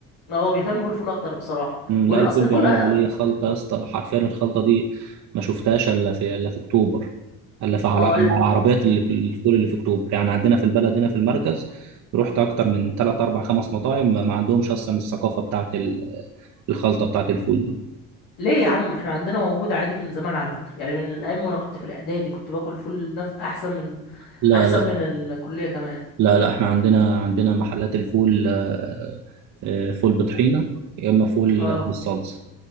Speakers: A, on the left (about 75°); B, on the right (about 55°).
A: هو بيهتم بالفول اكتر بصراحة
B: مم،
A: والاصل
B: لا الفول
A: الفول
B: بيعملوا
A: اه
B: عليه خلطة يا اسطى حرفيا الخلطة دي ما شفتهاش الا في الا في اكتوبر الا في على
A: اه،
B: إلا
A: ال-
B: على العربيات اللي في الفول اللي في اكتوبر يعني عندنا في البلد هنا في المركز رحت اكتر من 3 4 5 مطاعم ما ما عندهمش اصلا الثقافة بتاعت ال- الخلطة بتاعت الفول دي
A: ليه يا عم احنا عندنا موجود عادي من زمان على فكرة يعني من ايام وانا كنت في الاعدادي كنت باكل فول نف... احسن من
B: لا
A: احسن
B: لا
A: من الكلية كمان
B: لا لا احنا عندنا عندنا محلات الفول آه، آه، فول بطحينة يا اما فول
A: اه
B: بالصلصة